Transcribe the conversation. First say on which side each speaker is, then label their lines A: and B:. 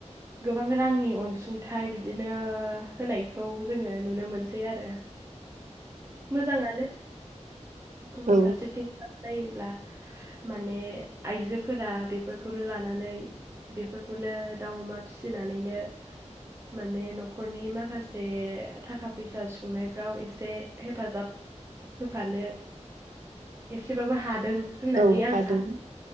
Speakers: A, on the right (about 20°); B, on the right (about 85°).
A: गोबां रांनि अनसुंथाइ बि बिदिनो होनायखौ जोङो नुनो मोनसै आरो मोजाङानो गुबुन
B: औ
A: फारसेथिं खालाम नायोब्ला। माने आइजोफोरा बेफोरखौनो लानानै बेफोरखौनो दाउ अमा फिसिनानैनो माने न'खरनि माखासे थाखा फैसा सुंनायफ्राव एसे हेफाजाब होफानो एसेबाबो हादों होननानै
B: औ
A: आं
B: हादों